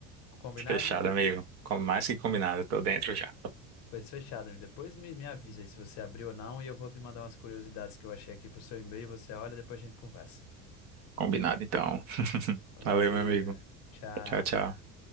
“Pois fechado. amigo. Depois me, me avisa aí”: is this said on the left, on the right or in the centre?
Left